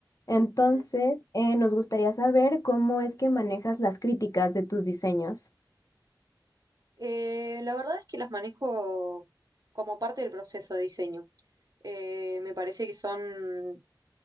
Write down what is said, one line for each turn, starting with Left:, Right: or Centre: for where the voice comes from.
Left: Entonces,
Right: Ujú.
Left: eh, nos gustaría saber cómo es que manejas las críticas de tus diseños.
Right: Eh, la verdad es que las manejo como parte del proceso de diseño. Eh, me parece que son